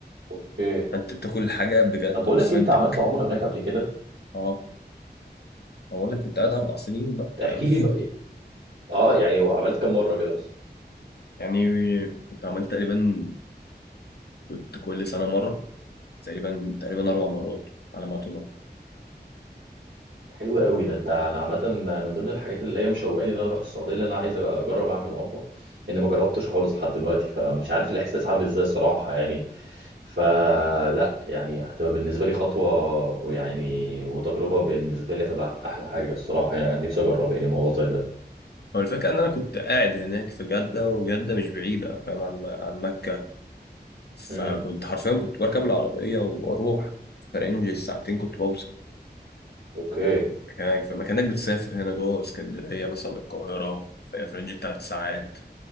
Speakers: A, on the right; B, on the left.
A: اوكي
B: انت بتاكل الحاجة بجد
A: طب بقول
B: اوثنتك
A: لك إيه، انت عملت عمره هناك قبل كده
B: اه هو انا كنت قاعد اربع سنين بقى
A: تحكي
B: فاهم <laughs>
A: لي بقى إيه؟ اه يعني هو عملت كام مره كده
B: يعني كنت عملت تقريبا كنت كل سنة مرة تقريبا تقريبا اربع مرات على ما اتذكر
A: حلو قوي ده انت انا عامه من ضمن الحاجات اللي هي مشوقاني ان انا اروح السعوديه اللي انا عايز اجرب اعمل عمره لان ما جربتش خالص لحد دلوقتي فمش عارف الاحساس عامل ازاي الصراحه يعني فلا يعني هتبقى بالنسبه لي خطوه ويعني وتجربه بالنسبه لي هتبقى احلى حاجه الصراحه يعني انا نفسي اجرب يعني موضوع زي ده
B: هو الفكرة إن أنا كنت قاعد هناك في جدة وجدة مش بعيدة فاهم عن عن مكة فكنت
A: امم
B: حرفيا كنت بركب العربية وأروح في رينج الساعتين كنت بوصل
A: اوكي
B: مكانك فما كأنك بتسافر هنا جوه اسكندرية مثلا للقاهرة في في رينج التلات ساعات